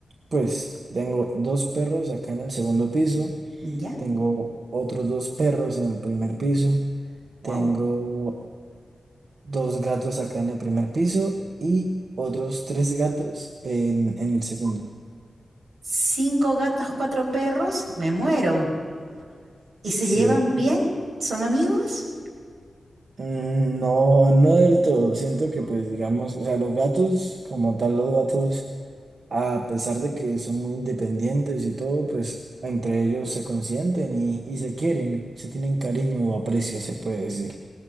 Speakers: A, on the right (about 60°); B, on the right (about 85°).
A: pues, tengo dos perros acá en el segundo piso,
B: Ya,
A: tengo otros dos perros en el primer piso,
B: wow.
A: tengo dos gatos acá en el primer piso y otros tres gatos en, en el segundo.
B: Cinco gatos, cuatro perros, me muero. ¿Y
A: Sí,
B: se llevan bien? ¿Son amigos?
A: mm, no, no del todo. Siento que, pues, digamos, o sea, los gatos, como tal, los gatos. a pesar de que son muy independientes y todo, pues entre ellos se consienten y, y se quieren, se tienen cariño o aprecio, se puede decir.